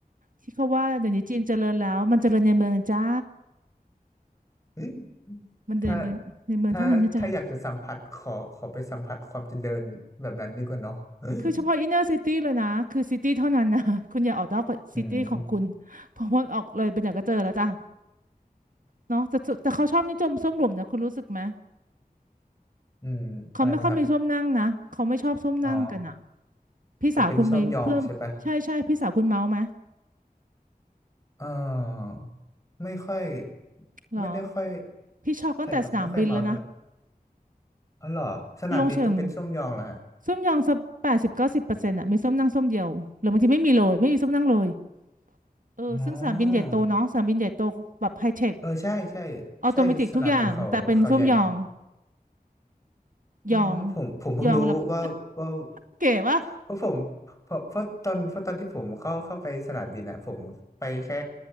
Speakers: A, on the right; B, on the left.
A: ที่เขาว่าเดี๋ยวนี้จีนเจริญแล้วมันเจริญในเมืองจ้า
B: ม
A: มันในเมืองในเมืองเท่านั้นนะจ๊ะ
B: ถ้าถ้าถ้าอยากจะสัมผัสขอขอไปสัมผัสความเจริญแบบนั้นดีกว่าเนาะ <laughs>
A: คือเฉพาะอินเนอร์ซิตี้เลยนะคือซิตี้เท่านั้นนะ <laughs> คุณอย่าออกนอกซิตี้ของคุณเพราะว่าออกเลยไปไหนก็เจอแล้วจ้ะ
B: อืม
A: เนาะแต่แต่เขาชอบนิยมส้วมหลุมนะคุณรู้สึกไหม
B: อืมอะไรนะครับ
A: เขาไม่ค่อยมีส้วมนั่งนะเขาไม่ชอบส้วมนั่งกันอ่ะ
B: อ๋อ
A: พี่สาวคุณไปเพิ่มใช่ใช่พี่สาวคุณเมาไหม
B: จะเป็นช่วมยองใช่ปะเออไม่ค่อย
A: เหรอ
B: ไม่ได้ค่อย
A: พี่ช็อกตั้งแต่สนามบินแล้วนะ
B: ใช่ครับไม่ค่อยเมาเท่าไหร่อ๋อเหรอสนามบินก็เป็นช่วงยองเหรอฮะ
A: ลงเชิงส้วมยองสักแปดสิบเก้าสิบเปอร์เซ็นต์อ่ะมีส้วมนั่งส้วมเดียวหรือบางทีไม่มีเลยไม่มีส้วมนั่งเลยเออซึ่งสนามบินใหญ่โตเนาะสนามบินใหญ่โตแบบไฮเทค
B: อ๋อเออใช่ใช่
A: ออโตเมติกทุกอย่างแต่เป็นส้มยอง
B: ใช่สนามบินเขาเขาใหญ่มาก อ่ผมผมเพิ่งรู้ว่าว่า
A: ยองยองแล้วก็เก๋วะ
B: เพราะผมเพราะเพราะตอนเพราะตอนที่ผมเข้าเข้าไปสนามบินอ่ะผมไปแค่